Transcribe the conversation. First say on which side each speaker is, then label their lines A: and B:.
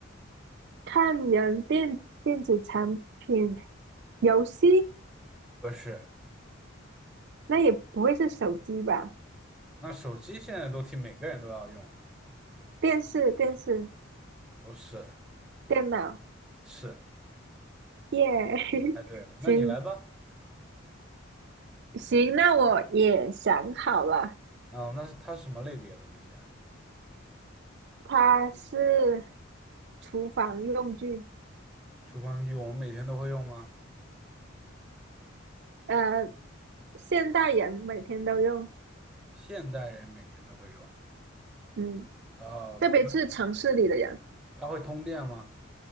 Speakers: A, on the right (about 55°); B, in the centre.
A: 看人，电电子产品、游戏，
B: 不是，
A: 那也不会是手机吧？
B: 那手机现在都替每个人都要用了。
A: 电视、电视、
B: 不是，
A: 电脑，
B: 是。
A: 耶、<laughs>
B: 哎，对了，那你来吧。
A: 行，行，那我也想好了，
B: 哦，那是它是什么类别的东西啊？
A: 它是厨房用具，
B: 厨房具我们每天都会用吗？
A: 呃，现代人每天都用，
B: 现代人每天都会用。
A: 嗯，
B: 呃，
A: 特别是城市里的人
B: 它会通电吗？